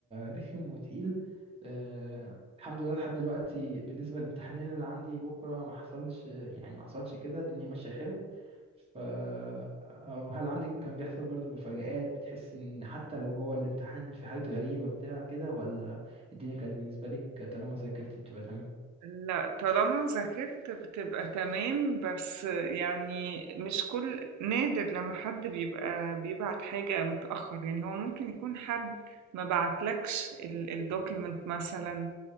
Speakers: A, on the right; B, on the right.
A: رخم وتقيل آه، الحمد لله لحد دلوقتي بالنسبه للامتحانين اللي عندي بكره ما حصلش يعني ما حصلش كده الدنيا ماشيه حلو ف أو هل عندك كان بيحصل برضو مفاجآت بتحس ان حتى لو جوه الامتحان في حاجات غريبة بتاع كده ولا الدنيا كانت بالنسبة لك طالما ذاكرتي بتبقى تمام
B: لا طالما ذاكرت بتبقى تمام بس يعني مش كل نادر لما حد بيبقى بيبعت حاجة متأخر يعني هو ممكن يكون حد ما بعتلكش الدوكيمنت مثلا